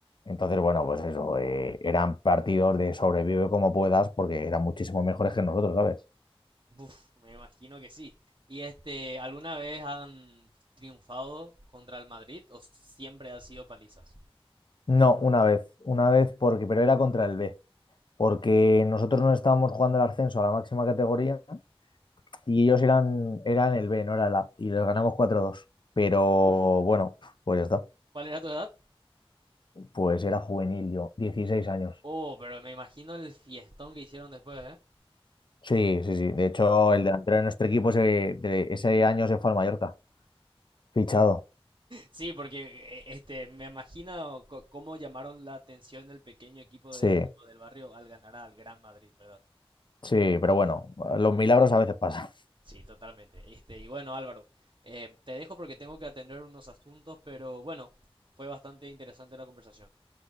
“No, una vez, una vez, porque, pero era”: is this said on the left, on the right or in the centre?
Left